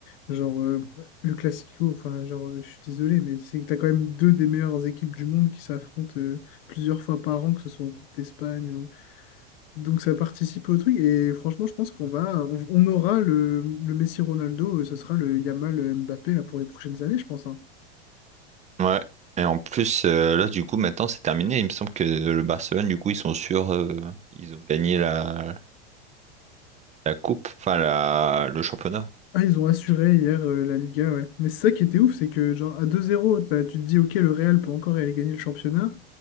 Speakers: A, on the left; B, on the right.
A: Genre, euh, le Classico, enfin, genre, euh, je suis désolé, mais c'est que t'as quand même deux des meilleures équipes du monde qui s'affrontent euh, plusieurs fois par an, que ce soit en Coupe d'Espagne Donc ça participe au truc et franchement je pense qu'on va on, on aura le, le Messi Ronaldo, euh, ce sera le Yamal euh, Mbappé là pour les prochaines années je pense hein.
B: Ouais. Et en plus, euh, là, du coup, maintenant, c'est terminé. Il me semble que le Barcelone, du coup, ils sont sûrs. euh, ils ont gagné la, la coupe, enfin, la, le championnat.
A: Ah ils ont assuré hier euh, la Liga ouais. Mais c'est ça qui était ouf, c'est que genre à deux zéro t'as- tu te dis ok le Real peut encore aller gagner le championnat